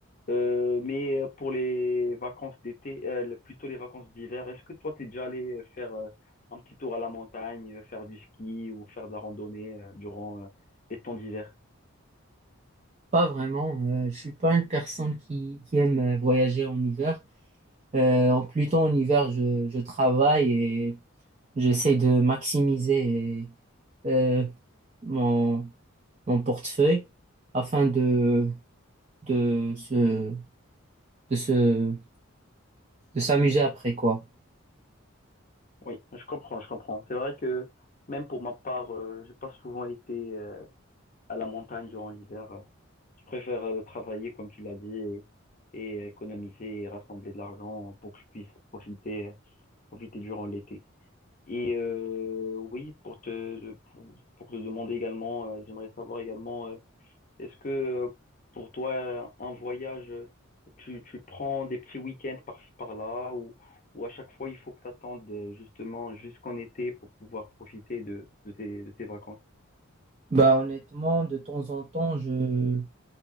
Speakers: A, on the left (about 35°); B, on the right (about 35°).
A: Euh, mais euh, pour les vacances d'été, euh, le- plutôt les vacances d'hiver, est-ce que toi, t'es déjà allé euh, faire euh, un petit tour à la montagne, euh, faire du ski ou faire de la randonnée euh, durant euh, les temps d'hiver?
B: Pas vraiment. euh, je suis pas une personne qui, qui aime euh, voyager en hiver. Euh, en plutôt en hiver, je, je travaille et j'essaie de maximiser euh, mon, mon portefeuille afin de de se de se de s'amuser après quoi.
A: Oui, je comprends, je comprends. C'est vrai que même pour ma part, euh, j'ai pas souvent été euh, à la montagne durant l'hiver. euh. Je préfère euh, travailler, comme tu l'as dit, et, et économiser et rassembler de l'argent pour que je puisse profiter, euh, profiter durant l'été. Et euh, oui, pour te, pour, pour te demander également, euh, j'aimerais savoir également, euh, est-ce que euh, pour toi, euh, un voyage, euh, tu, tu prends des petits week-ends par-ci par-là ou, ou à chaque fois, il faut que tu attendes euh, justement jusqu'en été pour pouvoir profiter de, de tes, de tes vacances?
B: Bah honnêtement, de temps en temps, je